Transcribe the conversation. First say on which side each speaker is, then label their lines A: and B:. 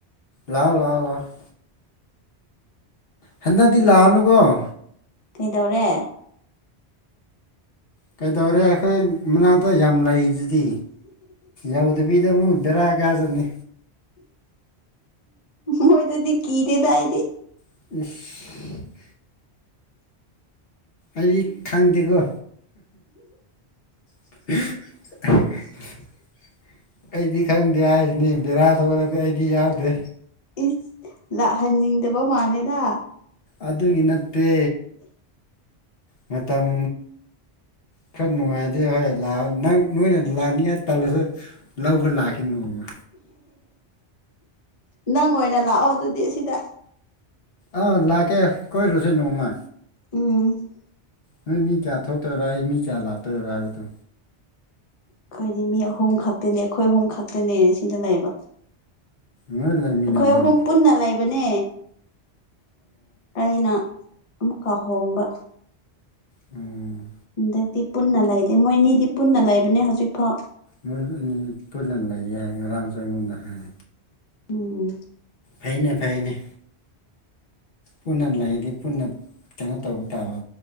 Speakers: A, on the left (about 60°); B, on the left (about 35°).
A: ꯂꯥꯛꯑꯣ ꯂꯥꯛꯑꯣ ꯂꯥꯛꯑꯣ ꯍꯟꯗꯛꯤ ꯂꯥꯛꯑꯅꯨꯒꫭ
B: ꯀꯩꯗꯧꯔꯦ
A: ꯀꯩꯗꯧꯔꯦ ꯑꯩꯈꯣꯏ ꯃꯅꯥꯛꯇ ꯌꯥꯝ ꯂꯩꯗꯨꯗꯤ ꯌꯥꯎꯗꯕꯤ ꯑꯃꯨꯛ ꯍꯨꯗꯇꯔꯥꯒꯖꯅꯤ
B: ꯃꯣꯏꯗꯥꯗꯤ ꯀꯤꯗꯦꯗꯥ ꯑꯩꯗꯤ
A: ꯏꯁ ꯑꯩꯗꯤ ꯈꯪꯗꯦꯀꯣ <unintelligible> ꯑꯩꯗꯤ ꯈꯪꯗꯦ ꯍꯥꯏꯁꯤꯅꯤ ꯕꯦꯔꯥ ꯊꯣꯛꯔꯗꯤ ꯑꯩꯗꯤ ꯌꯥꯎꯗꯦ
B: ꯏꯁ ꯂꯥꯛꯍꯟꯅꯤꯡꯗꯕ ꯃꯥꯜꯂꯦꯗ
A: ꯑꯗꯨꯒꯤ ꯅꯠꯇꯦ ꯃꯇꯝ ꯈꯔ ꯅꯨꯡꯉꯥꯏꯗꯤ ꯍꯣꯏ ꯂꯥꯛꯑꯣ ꯅꯪ ꯅꯣꯏꯅ ꯂꯥꯛꯅꯤꯡꯉꯥꯏ ꯇꯜꯂꯁꯨ ꯂꯧꯕ ꯂꯥꯛꯀꯦ ꯅꯣꯡꯃ
B: ꯅꯪ ꯑꯣꯏꯅ ꯂꯥꯛꯑꯣ ꯑꯗꯨꯗꯤ ꯁꯤꯗ
A: ꯑꯥ ꯂꯥꯛꯀꯦ ꯀꯣꯏꯔꯨꯁꯦ ꯅꯣꯡꯃ
B: ꯎꯝ
A: ꯅꯣꯏ ꯃꯤ ꯀꯌꯥ ꯊꯣꯛꯇꯣꯏꯔꯣ ꯑꯩ ꯃꯤ ꯀꯌꯥ ꯂꯥꯛꯇꯣꯏꯔꯣ ꯍꯥꯏꯕꯗꯣ
B: ꯑꯩꯈꯣꯏꯗꯤ ꯃꯤ ꯑꯍꯨꯝ ꯈꯛꯇꯅꯦ ꯑꯩꯈꯣꯏ ꯑꯍꯨꯝ ꯈꯛꯇꯅꯦ ꯁꯤꯗ ꯂꯩꯕ
A: ꯅꯣꯏ ꯂꯩꯃꯤꯟꯅꯕ꯭ꯔꯣ
B: ꯑꯩꯈꯣꯏ ꯑꯍꯨꯝ
A: ꯑꯣ
B: ꯄꯨꯟꯅ ꯂꯩꯕꯅꯦ ꯑꯩꯅ ꯑꯃꯨꯛꯀꯥꯍꯣꯡꯕ
A: ꯎꯝ
B: ꯑꯗꯗꯤ ꯄꯨꯟꯅ ꯂꯩꯗꯦ ꯃꯣꯏꯅꯤꯗꯤ ꯄꯨꯟꯅ ꯂꯩꯕꯅꯦ ꯍꯧꯖꯤꯛꯐꯥꯎ
A: ꯃꯣꯏ ꯄꯔꯤ ꯂꯅ ꯂꯩ ꯍꯥꯏ ꯔꯪ ꯆꯏꯒꯨꯝꯗ ꯍꯥꯏ
B: ꯎꯝ
A: ꯐꯩꯅꯦ ꯐꯩꯅꯦ ꯄꯨꯟꯅ ꯂꯩꯗꯤ ꯄꯨꯟꯅ ꯀꯩꯅꯣ ꯇꯧꯕ ꯇꯥꯕ